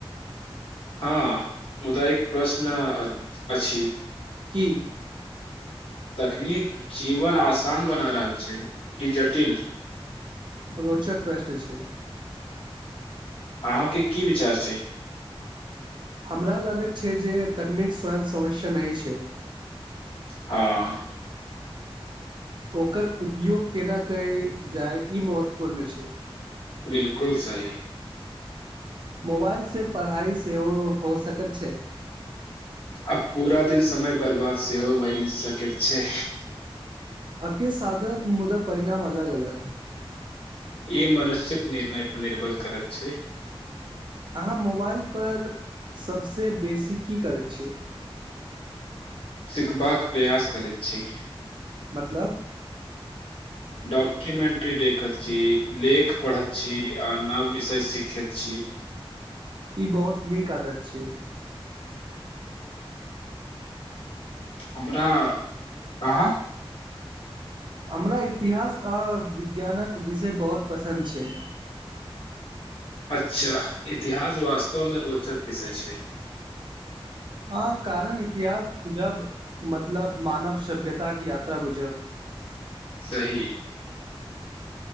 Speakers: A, on the left; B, on the right.
A: हँ मुदा एक प्रश्न अछि
B: की
A: तकनीक जीवन आसान बना रहल छै कि जटिल
B: रोचक प्रश्न छै
A: अहाँके की विचार छै
B: हमरा लगैत छै जे तकनीक स्वयं समस्या नहि छै
A: हँ
B: ओकर उपयोग केना कयल जाय ई महत्वपूर्ण छै
A: बिलकुल सही
B: मोबाइल से पढ़ाई सेहो हो सकैत छैे
A: आब पूरा दिन समय बर्बाद सेहो भए सकैत छै
B: के साधन मुदा परिणाम अलग अलग
A: ई मनुष्यक निर्णय पर निर्भर करत छै
B: अहाँ मोबाइलपर सभसँ बेसी की करै छी
A: सिखबाक प्रयास करैत छी
B: मतलब
A: डॉक्युमेंट्री देखैत छी लेख पढ़ैत छी आ नव विषय सिखैत छी
B: ई बहुत नीक आदत छै
A: हमरा अहाँ
B: हमरा इतिहास आ विज्ञानक विषय बहुत पसन्द छै
A: अच्छा इतिहास वास्तवमे रोचक विषय छै
B: हँ कारण इतिहास जब मतलब मानव सभ्यताक यात्रा बुझब
A: सही